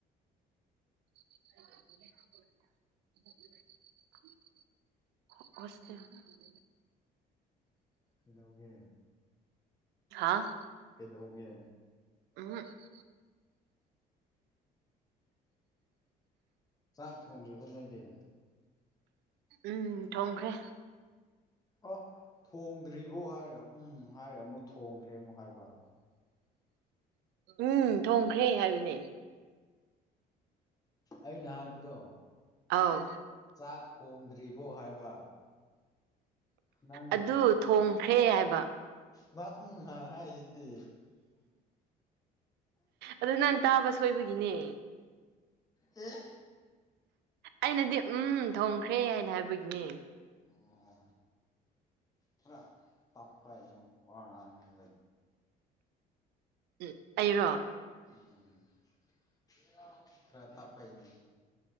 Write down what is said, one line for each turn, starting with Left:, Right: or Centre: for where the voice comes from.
Right: <unintelligible> ꯍꯁꯇꯦꯜ <unintelligible>
Left: ꯀꯩꯗꯧꯒꯦ꯫
Right: ꯍꯥꯥ꯫
Left: ꯀꯗꯣꯒꯦ꯫
Right: <unintelligible>
Left: ꯆꯥꯛ ꯊꯣꯡꯗ꯭ꯔꯤꯕꯣ ꯅꯣꯏꯗꯤ꯫
Right: ꯎꯝ ꯊꯣꯡꯈ꯭ꯔꯦ꯫
Left: ꯑꯣ ꯊꯣꯡꯗ꯭ꯔꯤꯕꯣ ꯍꯥꯏꯔꯒ ꯎꯝ ꯍꯥꯏꯔꯒ ꯑꯃꯨꯛ ꯊꯣꯡꯈ꯭ꯔꯦ ꯑꯃꯨꯛ ꯍꯥꯏꯕ꯫
Right: ꯎꯝ ꯊꯣꯡꯈ꯭ꯔꯦ ꯍꯥꯏꯕꯅꯦ꯫
Left: ꯑꯩꯅ ꯍꯥꯏꯕꯗꯣ꯫
Right: ꯑꯧ꯫
Left: ꯆꯥꯛ ꯊꯣꯡꯗ꯭ꯔꯤꯕꯣ ꯍꯥꯏꯕ꯫ ꯅꯪꯅ
Right: ꯑꯗꯨ ꯊꯣꯡꯈ꯭ꯔꯦ ꯍꯥꯏꯕ꯫
Left: ꯅꯪ ꯎꯝ ꯍꯥꯟꯅ ꯍꯥꯏꯖꯤꯗꯤ꯫
Right: ꯑꯗꯣ ꯅꯪ ꯇꯥꯕ ꯁꯣꯏꯕꯒꯤꯅꯦ꯫
Left: ꯑꯦ꯫
Right: ꯑꯩꯅꯗꯤ ꯎꯝ ꯊꯣꯡꯈ꯭ꯔꯦ ꯍꯥꯏꯅ ꯍꯥꯏꯕꯒꯤꯅꯦ꯫
Left: ꯑꯣ ꯈꯔ ꯇꯞꯄꯒꯤꯅꯦ ꯋꯥꯉꯥꯡ <unintelligible>
Right: ꯑꯦ ꯑꯩꯔꯣ꯫
Left: ꯎꯝ <unintelligible> ꯈꯔ ꯇꯞꯄꯩꯅꯦ꯫